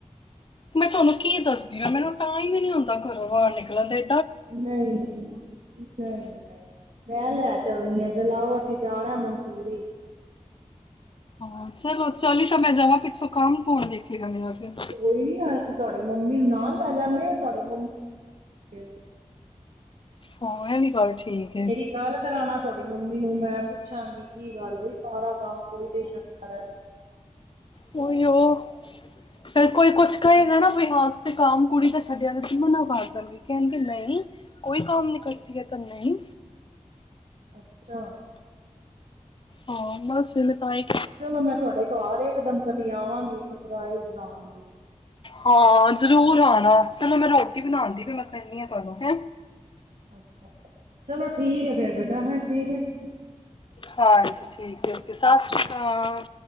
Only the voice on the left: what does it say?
ਮੈਂ ਤੁਹਾਨੂੰ ਕੀ ਦੱਸਦੀ ਜਿਵੇ ਮੈਨੂੰ ਟਾਈਮ ਹੀ ਨਹੀਂ ਹੁੰਦਾ ਘਰੋਂ ਬਾਹਰ ਨਿਕਲਣ ਦੇ।
ਹਾਂ, ਚਲੋ ਚਲੀ ਤਾਂ ਮੈਂ ਜਵਾਂ ਪਿੱਛੋਂ ਕੰਮ ਕੌਣ ਦੇਖੇਗਾ ਮੇਰਾ। ਫਿਰ
ਹਾਂ ਐ ਵੀ ਗੱਲ ਠੀਕ। ਹੈ
ਉਹੀਓ ਓ ਫਿਰ ਕੋਈ ਕੁਛ ਕਹੇਗਾ ਨਾ ਵੀ ਹਾਂ ਤੁਸੀਂ ਕੰਮ ਕੁੜੀ ਦਾ ਛੱਡਿਆ <unintelligible> ਮਨਾ ਕਰ ਦੇਣਗੇ ਕਹਿਣਗੇ ਨਹੀਂ ਕੋਈ ਕੰਮ ਨੀ ਕਰਦੀ ਆ ਤਾਂ ਨਹੀਂ।
ਹਾਂ ਬਸ ਵਿਹਲੇ ਤਾਂ ਹੀ।
ਹਾਂ, ਜ਼ਰੂਰ ਆਣਾ ਚਲੋ ਮੈਂ ਰੋ ਰੋਟੀ ਬਣਾਣ ਦੀ ਪਈ ਮੈਂ ਕਰਨੀ ਆ ਤੁਹਾਨੂੰ ਹੈਂ।
ਹਾਂਜੀ, ਠੀਕ ਐ ਸਤਿ ਸ੍ਰੀ ਅਕਾਲ